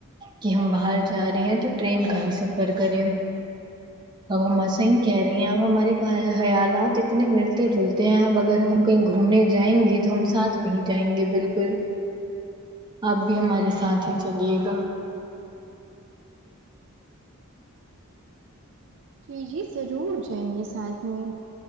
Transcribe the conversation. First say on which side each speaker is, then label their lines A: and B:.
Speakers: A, on the right; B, on the right.
A: کہ ہم باہر جا رہے ہیں تو ٹرین کا ہی سفر کرے اب ہم ایسا ہی کہہ رہی ہیں اب ہمارے خیالات اتنے ملتے جلتے ہیں اب اگر ہم کہیں گھومنے جائیں گے تو ہم ساتھ نہیں جائیں گے بالکل آپ بھی ہمارے ساتھ ہی چلیے گا
B: جی جی ضرور جائیں گے ساتھ میں